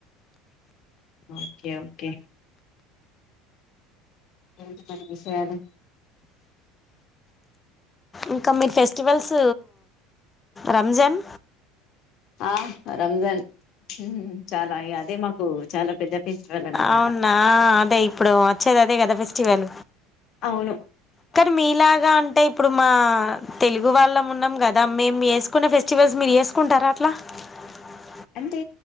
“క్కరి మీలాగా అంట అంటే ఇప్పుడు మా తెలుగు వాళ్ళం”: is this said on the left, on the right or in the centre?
Left